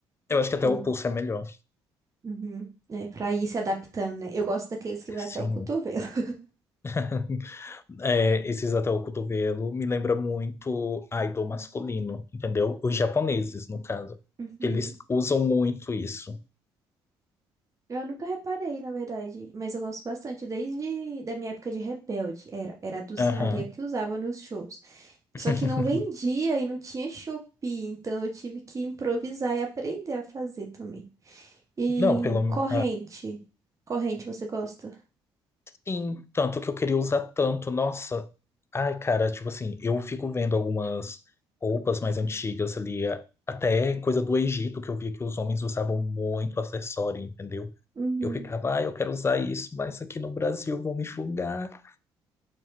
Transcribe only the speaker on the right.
o...
Uhum. É, pra ir se adaptando, né? Eu gosto daqueles que vai até
o cotovelo. <laughs>
Uhum.
Eu nunca reparei, na verdade, mas eu gosto bastante. Desde da minha época de Rebelde, era, era a Dulce
Maria que usava nos shows. Só
que não vendia e não tinha Shopee, então eu tive que improvisar e aprender a fazer também. E
corrente. Corrente, você gosta?
Uhum.